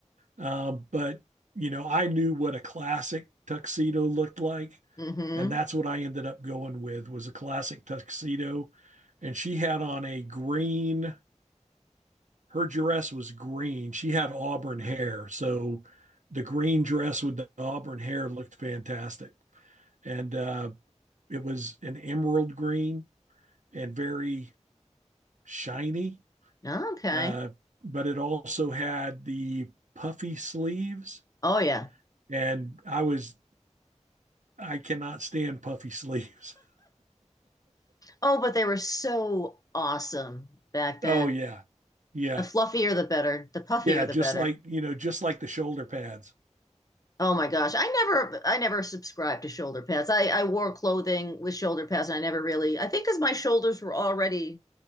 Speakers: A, on the right; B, on the left.
A: Um, but you know, I knew what a classic tuxedo looked like,
B: Mm
A: and that's what I ended up going with was a classic tuxedo. And she had on a green. Her dress was green. She had auburn hair, so the green dress with the auburn hair looked fantastic, and uh, it was an emerald green and very shiny
B: hmm. Okay.
A: uh, but it also had the puffy sleeves,
B: Oh, yeah.
A: and I was I cannot stand puffy sleeves. <laughs>
B: Oh, but they were so awesome back then.
A: Oh yeah, yeah,
B: The fluffier, the better. The puffier,
A: yeah.
B: the
A: Just
B: better.
A: like you know, just like the shoulder pads,
B: Oh my gosh. I never I never subscribed to shoulder pads. I I wore clothing with shoulder pads and I never really I think because my shoulders were already